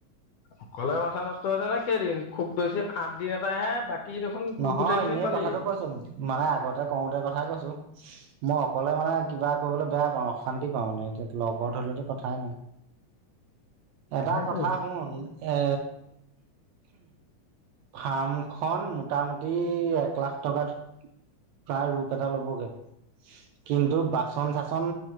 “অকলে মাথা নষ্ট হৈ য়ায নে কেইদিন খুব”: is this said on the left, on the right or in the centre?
Left